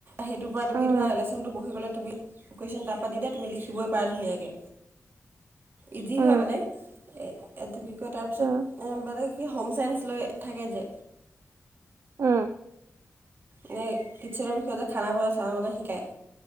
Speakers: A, on the right (about 45°); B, on the right (about 65°).
A: সেইটোৰ পৰা তুমি
B: উম,
A: ধৰা এলেচ্যন পঢ়ি গ'লে তুমি লকেশ্যন তাৰপৰা দি দা তুমি লিখিবই পাৰা ধুনীয়াকৈ ইজি
B: উম,
A: হয় মানে এ এইটো কি কয় তাৰ পিছত
B: উম,
A: এ বেলে কি হোম চাইন্ঞ্চ লৈ থাকে যে
B: উম,
A: কিটচেনৰ বিষয়তে খানা বন চানা বনাই শিকায়